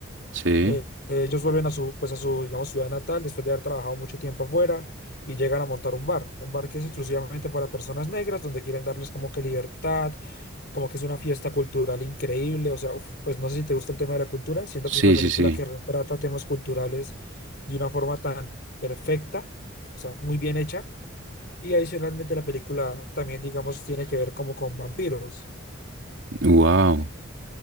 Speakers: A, on the right; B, on the left.
A: Sí,
B: Eh, eh, ellos vuelven a su, pues a su, digamos, ciudad natal después de haber trabajado mucho tiempo afuera y llegan a montar un bar, un bar que es exclusivamente para personas negras, donde quieren darles como que libertad, como que es una fiesta cultural increíble, o sea, uf, pues no sé si te gusta el tema de la cultura, siento
A: sí,
B: que es una película
A: sí, sí.
B: que retrata temas culturales de una forma tan perfecta, o sea, muy bien hecha y adicionalmente la película también, digamos, tiene que ver como con vampiros.
A: Wow.